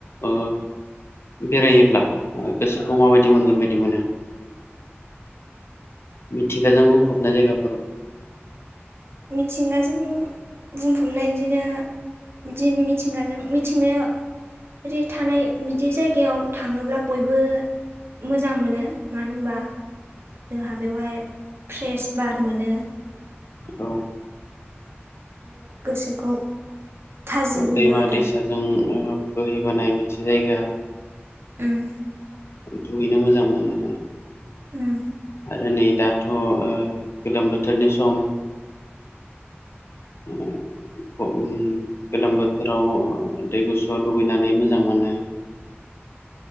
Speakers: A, on the left; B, on the right.
A: ओ बेरायोब्ला ओ गोसोखौ माबायदि मोनगोन बायदि मोनो?
B: <inaudible>
A: मिथिंगाजों बुंफबनाय जायगाफोराव
B: मिथिंगाजों बुंफबनाय इदिनो बिदि मिथिंगाजों मिथिंनाया बिदि थानाय बिदि जायगायाव थाङोब्ला बयबो मोजां मोनो मानो होमबा जोंहा बेवहाय फ्रेश बार मोनो।
A: औ
B: आरो गोसोखौ थाजिम मोनो
A: दैमा
B: आरो
A: दैसाजों ओ बोहैबोनाय मोनसे जायगा
B: ओम।
A: दुगैनो मोजां मोनो आङो।
B: उम
A: आरो नै दाथ' ओ गोलोम बोथोरनि सम <inaudible> खम गोलोम बोथोराव दै गुसुआव दुगैनानै मोजां मोनो।